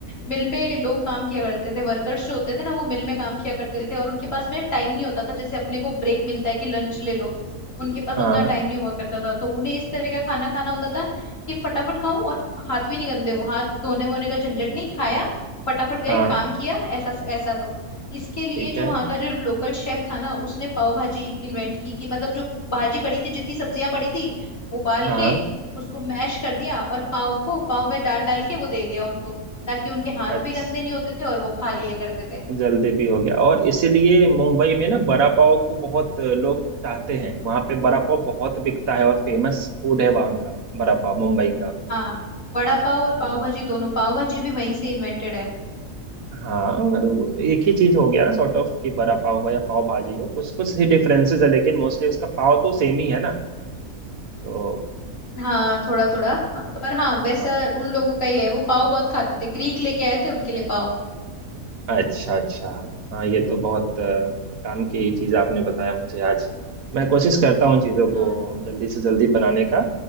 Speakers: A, on the left; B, on the right.
A: मिल पे लोग काम किया करते थे वर्कर्स जो होते थे ना वो मिल में काम किया करते थे और उनके पास में टाइम नहीं होता था जैसे अपने को ब्रेक मिलता है कि लंच ले लो उनके पास
B: हाँ
A: उतना टाइम नहीं हुआ करता था तो उन्हें इस तरह का खाना खाना होता था कि फटाफट खाऊं और हाथ भी नहीं गंदे हो हाथ धोने वोने का झंझट नहीं खाया फटाफट गए
B: हाँ
A: काम किया ऐसा ऐसा तो इसके लिए
B: ठीक
A: जो
B: है
A: वहाँ का जो लोकल शेफ था ना उसने पाव भाजी इन्वेंट की कि मतलब जो भाजी पड़ी थी जितनी सब्जियां पड़ी थी उबाल
B: हाँ
A: के उसको मैश कर दिया और पाव को पाव में डाल डाल के वो दे दिया उनको ताकि उनके हाथ
B: अच्छा
A: भी गंदे नहीं होते थे और वो खा लिया करते थे
B: जल्दी भी हो गया और इसीलिए मुंबई में ना बड़ा पाव को बहुत लोग चाहते हैं वहाँ पे बड़ा पाव बहुत बिकता है और फेमस फूड है वहाँ का बड़ा पाव मुंबई का
A: हाँ वड़ा पाव और पाव
B: है ना
A: भाजी दोनों पाव भाजी भी वहीं से इन्वेंटेड है
B: हाँ मतलब एक ही चीज हो गया ना सॉर्ट ऑफ कि बड़ा पाव हो या पाव भाजी हो कुछ कुछ ही डिफरेंसेस है लेकिन मोस्टली उसका पाव तो सेम ही है ना तो
A: हाँ थोड़ा थोड़ा हाँ, पर हाँ
B: हाँ
A: वैसा उन लोगों का ही है वो पाव बहुत खाते थे ग्रीक लेके आए थे उनके लिए पाव
B: अच्छा अच्छा हाँ ये तो बहुत अ, काम की चीज आपने बताया मुझे आज मैं कोशिश करता हूँ चीज़ों को
A: हाँ
B: जल्दी से जल्दी बनाने का